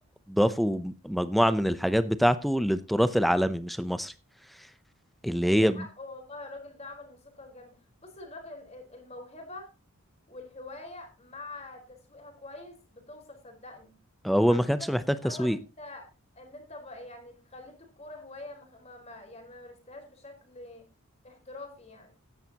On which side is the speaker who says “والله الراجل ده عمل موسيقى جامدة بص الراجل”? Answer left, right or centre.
Left